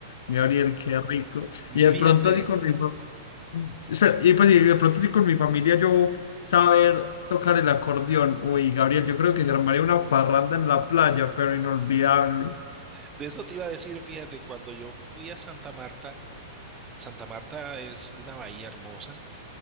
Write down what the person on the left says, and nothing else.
Gabriel, qué rico. Y de
pronto así con mi, fa- Mm. Espera, y pues y de pronto si con mi familia yo saber tocar el acordeón. Uy, Gabriel, yo creo que se armaría una parranda en la playa, pero inolvidable.